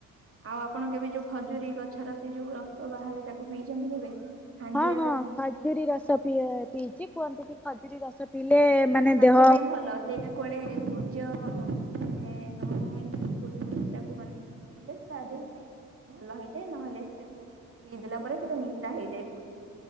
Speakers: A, on the right; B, in the centre.
A: ଆଉ ଆପଣ କେବେ ଯୋଉ ଖଜୁରୀ ଗଛର ସେ ଯୋଉ ରସ ବାହାରେ ତାକୁ ପିଇଛନ୍ତି କେବେ? ହାଣ୍ଡିଆ
B: ହଁ ହଁ ଖଜୁରୀ ରସ ପି ପିଇଛି କୁହନ୍ତି କି ଖଜୁରୀ ରସ ପିଇଲେ ମାନେ
A: ସ୍ୱାସ୍ଥ୍ୟ
B: ଦେହ
A: ପାଇଁ ଭଲ ସେଇଟା କୁଆଡେ ସୂର୍ଯ୍ୟ ମାନେ ନଅ ଇଞ୍ଚ ପୂର୍ବରୁ ସେଟାକୁ ମାନେ ପିଇଲେ ସେଟା ଦେହ ପାଇଁ ଭଲ ହେଇଥାଏ ନହେଲେ ସେଟାକୁ ପିଇଦେଲା ପରେ ସେଟା ନିଶା ହେଇଯାଏ କୁହନ୍ତି